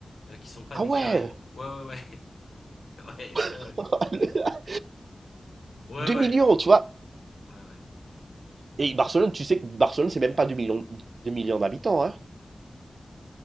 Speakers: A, on the left; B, on the right.
A: euh, qui sont pas
B: Ah
A: déclarées.
B: ouais!
A: Ouais, ouais, ouais, <laughs> ouais,
B: <laughs>
A: ouais, ouais,
B: deux
A: ouais,
B: millions tu vois?
A: ouais, ouais.
B: Et Barcelone, tu sais que Barcelone, c'est même pas 2 millions, 2 millions d'habitants, hein.